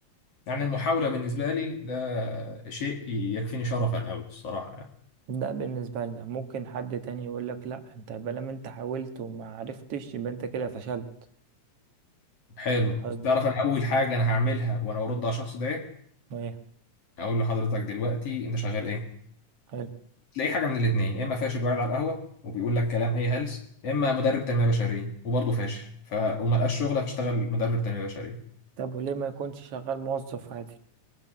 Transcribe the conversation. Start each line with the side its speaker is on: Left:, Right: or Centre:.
Left: يعني المحاولة بالنسبة لي ده شيء يكفيني شرفا قوي الصراحة يعني
Right: ده بالنسبة لنا ممكن حد تاني يقول لك لا انت بلام انت حاولت وما عرفتش يبقى انت كده فشلت
Left: حلو
Right: فاهم قصدي
Left: تعرف انا اول حاجة انا هعملها وانا ارد على الشخص ده إيه؟
Right: ايه
Left: اقول لحضرتك دلوقتي انت شغال ايه
Right: حلو
Left: تلاقي حاجه من الاثنين يا اما فاشل وقاعد على القهوه وبيقول لك كلام اي هلس يا اما مدرب تنميه بشريه وبرضه فاشل ف وما لقاش شغله فاشتغل مدرب تنميه بشريه
Right: طب وليه ما يكونش شغال موظف عادي